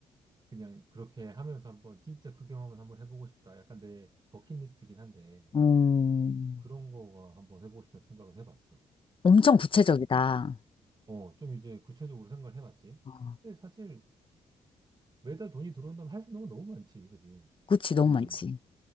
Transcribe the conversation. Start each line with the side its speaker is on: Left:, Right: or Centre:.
Right: 그냥 그렇게 하면서 한번 진짜 그 경험을 한번 해보고 싶다. 약간 내 버킷리스트긴 한데
Left: 음,
Right: 그런 거가 한번 해보고 싶다는 생각은 해봤어.
Left: 엄청 구체적이다.
Right: 어, 좀 이제 구체적으로 생각을 해봤지.
Left: 어,
Right: 근데 사실 매달 돈이 들어온다면 할 수 있는 건 너무 많지, 그지?
Left: 그치, 너무
Right: 그냥,
Left: 많지.